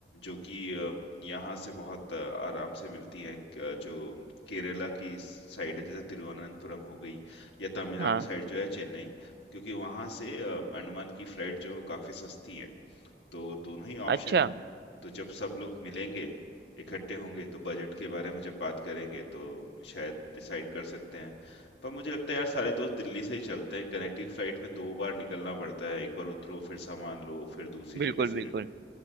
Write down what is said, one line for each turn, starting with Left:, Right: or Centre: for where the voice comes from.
Left: जो कि अ, यहाँ से बहुत अ, आराम से मिलती है क- जो केरला की साइड है जैसे तिरुवनंतपुरम हो गई या तमिलनाडु
Right: हाँ
Left: साइड जो है चेन्नई क्योंकि वहाँ से अ, अंडमान की फ्लाइट जो काफ़ी सस्ती है तो दोनों ही ऑप्शन
Right: अच्छा
Left: है तो जब सब लोग मिलेंगे इकट्ठे होंगे तो बजट के बारे में जब बात करेंगे तो शायद डिसाइड कर सकते हैं पर मुझे लगता है यार सारे दोस्त दिल्ली से ही चलते हैं कनेक्टिंग फ्लाइट में दो बार निकलना पड़ता है एक बार उतरो फिर सामान लो फिर दूसरी
Right: बिल्कुल
Left: जगह से
Right: बिल्कुल